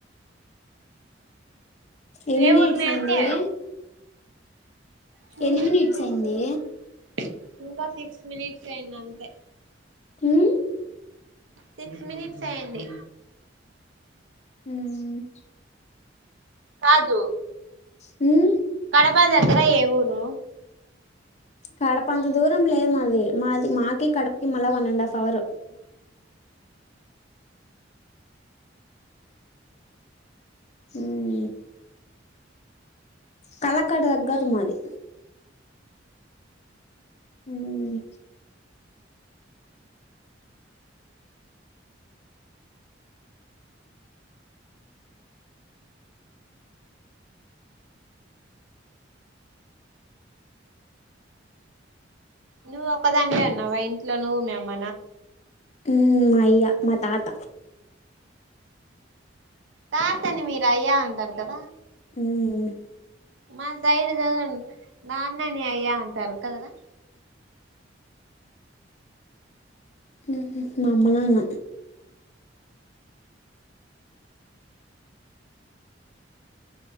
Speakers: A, on the left; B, on the right.
A: ఎన్ని
B: ఏ
A: మినిట్స్
B: ఊరు మీ
A: అయ్యింది
B: అంటే
A: వే
B: చూడు
A: ఎన్ని మినిట్స్
B: ఏమో
A: అయ్యింది
B: తెలియదు ఇంకా సిక్స్ మినిట్స్ అయ్యింది అంతే
A: హ్మ్
B: సిక్స్ మినిట్స్ అయ్యింది
A: హ్మ్
B: కాదు
A: హ్మ్
B: హైదరాబాద్ దగ్గర ఏ ఊరు
A: కడప అంత దూరం లేదు మాది మాది మాకి కడపకి మళ్ళ వన్ అండ్ హాఫ్ అవర్ హ్మ్ కళకడ దగ్గర మాది హ్మ్
B: నువ్వు ఒకదానివే ఉన్నావా ఇంట్లో నువ్వు మీ అమ్మ
A: హ్మ్ అయ్య మ తాత
B: తాతని మీరు గయా అంటారు కదా
A: మ్మ్
B: మా సైడి దగ్గర నాన్నని అయ్యా అంటారు కదరా
A: ఊహూ మా అమ్మ నాన్న